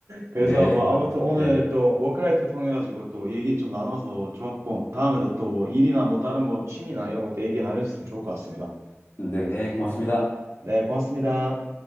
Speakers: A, on the right; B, on the left.
A: 그래서
B: 네.
A: 뭐
B: 아무튼,
A: 아무튼 오늘
B: 네.
A: 또 워크라이프 통해가지고 또 얘기 좀 나눠서 좋았고 다음에도 또 뭐 일이나 뭐 다른 뭐 취미나 이런 것도 얘기 나눌 수 있으면 좋을 것 같습니다.
B: 네, 고맙습니다.
A: 네, 고맙습니다.